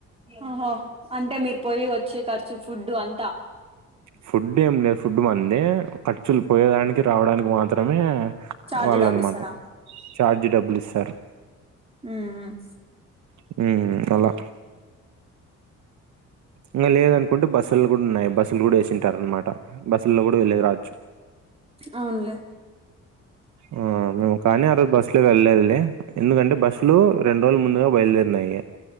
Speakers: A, on the right; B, on the right.
A: ఆహ అంటే మీరు పోయి వచ్చే ఖర్చు ఫుడ్డు అంతా
B: ఫుడ్ ఏం లేదు ఫుడ్ మంది ఖర్చులు పోయేడానికి రావడానికి మాత్రమే
A: చార్జ్
B: వాళ్ళనమాట
A: డబ్బులు ఇస్తారా
B: చార్జి డబ్బులు ఇస్తారు
A: హ్మ్
B: హ్మ్ అలా ఇగ లేదనుకుంటే బస్సుల్లో కూడా ఉన్నాయి బస్సులు కూడా వేసింటారు అనమాట బస్సుల్లో కూడా వెళ్ళేది రావచ్చు
A: అవునులే
B: ఆ నేను కానీ ఆరోజు బస్లో వెళ్ళలేదులే ఎందుకంటే బస్సులు రెండు రోజులు ముందుగా బయలుదేరినాయి